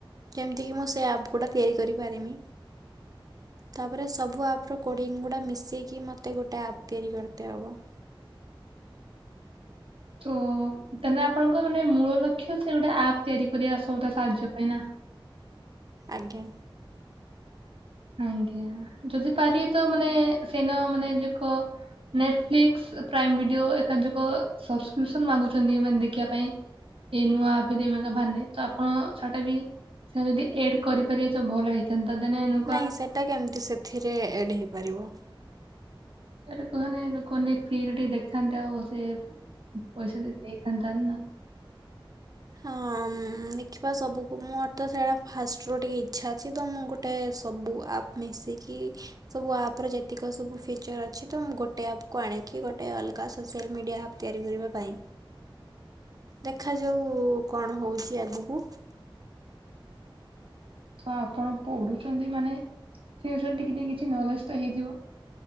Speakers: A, on the right; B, on the right.
A: ଯେମିତିକି ମୁଁ ସେ ଆପ୍ ଗୁଡ଼ା ତିଆରି କରିପାରିମି। ତାପରେ ସବୁ ଆପର କୋଡ଼ିଙ୍ଗ ଗୁଡ଼ା ମିଶେଇକି ମୋତେ ଗୋଟେ ଆପ୍ ତିଆରି କରିତେ ହେବ।
B: ତୁ ତାଲେ ଆପଣଙ୍କ ମାନେ ମୂଳ ଲକ୍ଷ୍ୟ ସେ ଗୋଟେ ଆପ୍ ତିଆରି କରିବା ସଉଦା ସାହାଯ୍ୟ ପାଇଁ ନା।
A: ଆଜ୍ଞା।
B: ଆଜ୍ଞା ଯଦି ପାରିବେ ତ ମାନେ ସେଇଦିନ ମାନେ ଯାକ ନେଟଫ୍ଲିକ୍ସ ପ୍ରାଇମ ଭିଡିଓ ଏକା ଯାକ ସବସ୍କ୍ରିପସନ ମାଗୁଛନ୍ତି ମାନେ ଦେଖିବା ପାଇଁ। ଏଇ ନୂଆ ଆପ ଏକ ଭାନେ ତ ଆପଣ ସେଇଟା ବି ସେଇଟା ଯଦି ଏଡ କରିପାରିବେ ତ ଭଲ ହେଇଥାନ୍ତା ଦେନ୍ ଏଣୁ
A: ନାହିଁ ସେଟା କେମତି ସେଥିରେ ଏଡ଼୍ ହେଇପାରିବ?
B: ଏକା କହନି ଲୋକମାନେ ଫ୍ରିରେ ଟିକେ ଦେଖିଥାନ୍ତେ ଆଉ ସେ ପଇସାଟା ଦେଇଥାନ୍ତା।
A: ହଁ ଦେଖିବା ସବୁକୁ ମୋର ତ ସେଇଟା ଫାଷ୍ଟରୁ ଟିକେ ଇଚ୍ଛା ଅଛି ତ ମୁଁ ଗୋଟେ ଗୋଟେ ସବୁ ଆପ୍ ମିଶିକି ସବୁ ଆପର ଯେତିକି ସବୁ ଫିଚର୍ ଅଛି ତ ମୁଁ ଗୋଟେ ଆପକୁ ଆଣିକି ଗୋଟେ ଅଲଗା ସୋସିଆଲ ମିଡ଼ିଆ ଆପ୍ ତିଆରି କରିବା ପାଇଁ ଦେଖାଯାଉ କଣ ହଉଛି ଆଗକୁ?
B: ତ ଆପଣ ପଢୁଛନ୍ତି ମାନେ ସେ ଅନୁସାରେ ଟିକେ ଟିକେ କିଛି ନଲେଜ ତ ହେଇଥିବ?